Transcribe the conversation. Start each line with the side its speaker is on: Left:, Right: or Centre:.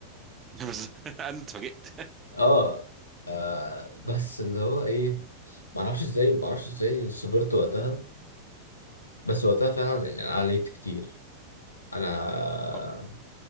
Right: <laughs> بس انا اتفاجئت
Left: <laughs> اه آه، بس اللي هو ايه ما اعرفش ازاي ما اعرفش ازاي صبرت وقتها بس وقتها فعلا يعني انا عليت كتير انا
Right: طبعا